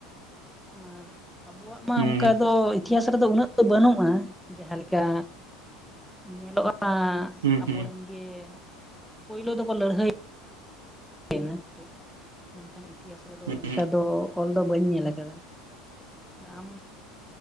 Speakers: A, in the centre; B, on the right.
A: ᱟᱨ ᱟᱵᱚᱣᱟᱜ ᱢᱟ
B: ᱦᱩᱸ
A: ᱚᱱᱠᱟ ᱫᱚ ᱤᱛᱤᱦᱟᱥ ᱨᱮᱫᱚ ᱩᱱᱟᱹᱜ ᱫᱚ ᱵᱟᱹᱱᱩᱜᱼᱟ ᱡᱟᱦᱟᱸ ᱞᱮᱠᱟ ᱧᱮᱞᱚᱜᱼᱟ ᱾
B: ᱦᱩᱸ
A: ᱟᱵᱚ
B: ᱦᱩᱸ
A: ᱨᱮᱱ ᱜᱮ ᱯᱳᱭᱞᱳ ᱫᱚᱠᱚ ᱞᱟᱹᱲᱦᱟᱹᱭ <unintelligible> ᱢᱮᱱᱠᱷᱟᱱ ᱤᱛᱤᱦᱟᱥ ᱨᱮᱫᱚ ᱚᱱᱠᱟ
B: ᱦᱩᱸ
A: ᱫᱚ ᱚᱞ ᱫᱚ ᱵᱟᱹᱧ ᱧᱮᱞ ᱟᱠᱟᱫᱟ ᱾ ᱛᱟᱦᱞᱮ ᱟᱢ